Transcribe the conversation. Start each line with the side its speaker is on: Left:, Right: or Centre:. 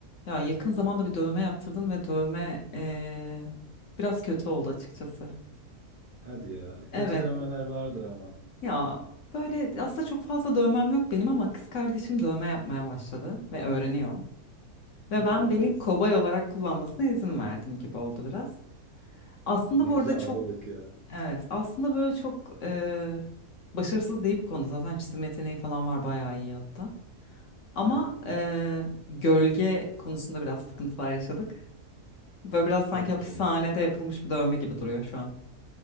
Left: Ya yakın zamanda bir dövme yaptırdım ve dövme eee, biraz kötü oldu açıkçası.
Right: Hadi ya.
Left: Evet.
Right: Kötü dövmeler vardır ama.
Left: Ya böyle aslında çok fazla dövmem yok benim ama kız kardeşim dövme yapmaya başladı ve öğreniyor. Ve
Right: Nice.
Left: ben beni kobay olarak kullanmasına izin verdim gibi oldu biraz. Aslında
Right: Ne
Left: bu
Right: güzel
Left: arada çok
Right: ablalık ya.
Left: evet aslında böyle çok eee, başarısız değil bu konuda. Zaten çizim yeteneği falan var bayağı iyi hatta. Ama
Right: Aha,
Left: eee, gölge konusunda biraz sıkıntılar yaşadık. Böyle biraz sanki
Right: Tabii
Left: hapishanede
Right: ki.
Left: yapılmış bir dövme gibi duruyor şu an.